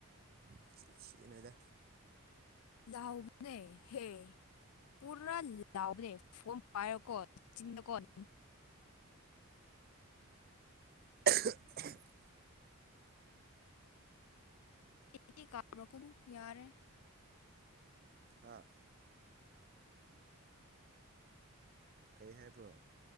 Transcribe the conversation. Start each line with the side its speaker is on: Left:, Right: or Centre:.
Right: ꯅꯆꯤꯟ ꯊꯤꯅꯨꯗ
Left: ꯂꯥꯎꯕꯅꯦ ꯍꯦ ꯄꯨꯔꯥ ꯂꯥꯎꯕꯅꯦ ꯐꯣꯝ ꯄꯥꯏꯌꯣꯀꯣ ꯆꯤꯡ ꯗ ꯀꯣꯟ
Right: <unintelligible>
Left: ꯏ ꯏ ꯀꯥꯔꯛꯀꯅꯨ ꯌꯥꯔꯦ
Right: ꯍꯥꯥ ꯀꯩ ꯍꯥꯏꯕ꯭ꯔꯣ